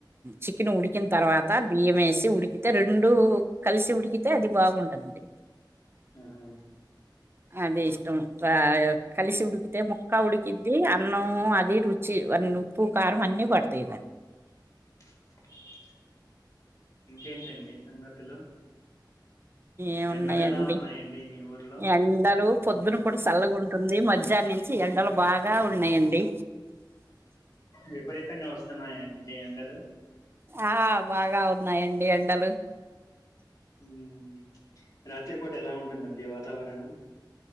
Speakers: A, on the right; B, on the left.
A: చికెన్ ఉడికిన తర్వాత బియ్యం వేసి ఉడికితే రెండు కలిసి ఉడికితే అది బాగుంటుంది
B: ఆహా
A: అదే ఇష్టం ఆ కలిసి ఉడకితే ముక్క ఉడుకిద్ది అన్నం అది రుచి వన్ ఉప్పు కారం అన్ని పడతాయి
B: <inaudible> ఇంకేటండి సంగతులు
A: ఏమున్నాయండి
B: ఎండలు ఎలా ఉన్నాయండి మీ ఊర్లో
A: ఎండలు పొద్దున పూట చల్లగాంట టుంది మధ్యాహ్న నుంచి ఎండలు బాగా ఉన్నాయండి
B: విపరీతంగా వస్తున్నాయండి ఎండలు
A: ఆ బాగా ఉన్నాయండి ఎండలు
B: ఉమ్ రాత్రిపూట ఎలా ఉంటుందండి వాతావరణం